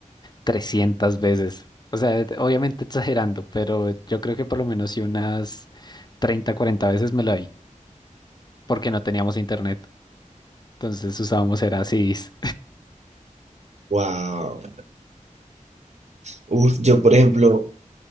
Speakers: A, on the left; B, on the right.
A: 300 veces. O sea, obviamente exagerando, pero yo creo que por lo menos sí unas 30 40 veces me la vi. porque no teníamos internet. Entonces usábamos era CDs.
B: Wow. Uf, yo, por ejemplo,